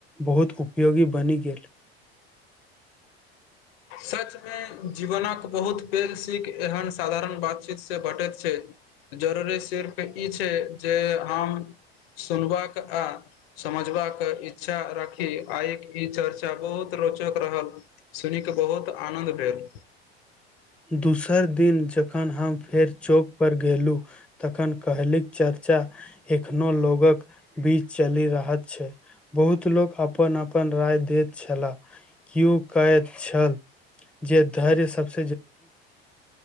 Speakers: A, in the centre; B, on the left.
A: बहुत उपयोगी बनि गेल
B: सच जीवनक बहुत पैघ खिख एहन साधारण बातचीत से भेटैत छै जरूरी सिर्फ ई छै जे हम सुनबाक आ समझबाक इच्छा राखी आइक ई चर्चा बहुत रोचक रहल सुन कऽ बहुत आनन्द भेल
A: दोसर दिन जखन हम फेर चौक पर गेलु तखन कहलीक चर्चा एखनो लोगक बीच चलि रहत छै बहुत लोक अपन अपन राय दैत छलाह कओ कहैत छल जे धैर्य सबसँ